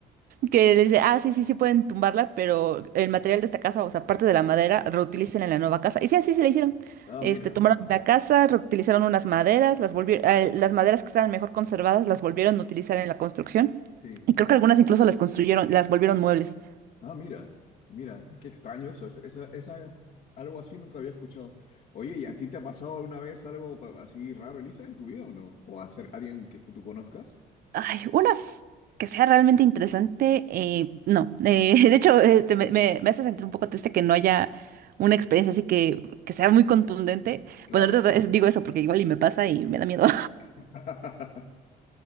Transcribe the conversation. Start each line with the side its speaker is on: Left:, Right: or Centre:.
Right: Que le dice, ah, sí, sí, sí pueden tumbarla, pero el material de esta casa, o sea, parte de la madera, reutilicen en la nueva casa. Y sí, así se le hicieron.
Left: Ah,
Right: Este,
Left: mira,
Right: tomaron la casa, reutilizaron unas maderas, las volvieron, las maderas que estaban mejor conservadas, las volvieron a utilizar en la construcción.
Left: sí.
Right: Y creo que algunas incluso las construyeron, las volvieron muebles.
Left: Ah, mira, mira, qué extraño eso. es- Esa, esa, algo así nunca había escuchado. Oye, ¿y a ti te ha pasado alguna vez algo pa- así raro, Elisa, en tu vida o no? ¿O a ser alguien que tú conozcas?
Right: Ay, una f- que sea realmente interesante, eh, no. Eh, <laughs> de hecho, este, me, me, me hace sentir un poco triste que no haya una experiencia así que, que sea muy contundente.
Left: Claro.
Right: Bueno, ahorita es- digo eso porque igual y me pasa y me da miedo.
Left: <laughs>